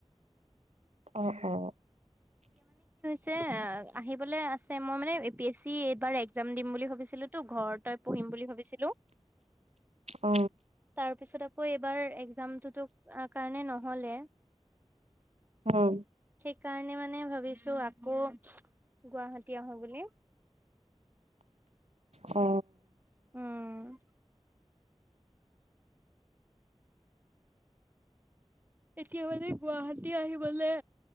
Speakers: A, on the right; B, on the right.
A: অ- অ-
B: ছে আহিবলৈ আছে মই মানে এ পি এছ চি এইবাৰ একজাম দিম। ভছিলো ত ঘ তই পিম বুলি ভাবিছিলো
A: অ
B: তাৰ পিছত আ ঐ এইবাৰ এক্জামতো কাৰণে নহলে
A: আহ।
B: সেইকাৰণে মানে ভাবিছো আকৌ গুৱাহাটী আহো বুলি
A: অ
B: উম এতিয়া মানে গুৱাহাটী আহিবলৈ